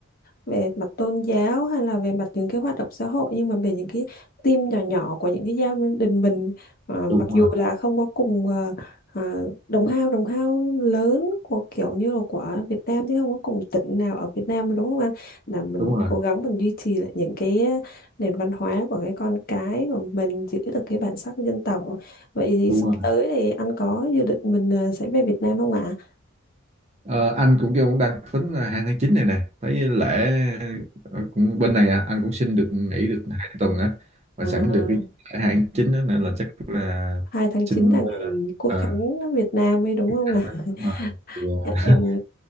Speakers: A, on the left; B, on the right.
A: về mặt tôn giáo hay là về mặt những cái hoạt động xã hội nhưng mà về những cái team nhỏ nhỏ của những cái gia đình mình à,
B: đúng
A: mặc dù
B: rồi
A: là không có cùng à, à, đồng hao đồng hao lớn của kiểu như là của Việt Nam chứ không có cùng tỉnh nào ở Việt Nam đúng không anh là mình
B: đúng rồi
A: cố gắng mình duy trì lại những cái à, nền văn hóa của cái con cái của mình giữ được cái bản sắc của dân tộc vậy thì
B: đúng
A: sắp
B: rồi
A: tới thì anh có dự định mình à, sẽ về Việt Nam không ạ
B: Ờ, anh cũng kêu cũng đang tính là hai tháng 9 này nè thấy lễ ờ, cũng bên này à, anh cũng xin được nghỉ được hai tuần á và
A: à?
B: sẵn được cái lễ hai tháng 9 đó nên là chắc là
A: hai tháng
B: xin
A: chín là ngày
B: ờ,
A: Quốc
B: ờ,
A: khánh nước Việt Nam ấy đúng không
B: anh
A: ạ? <laughs>
B: ấy, đúng rồi
A: À?
B: <laughs>
A: Em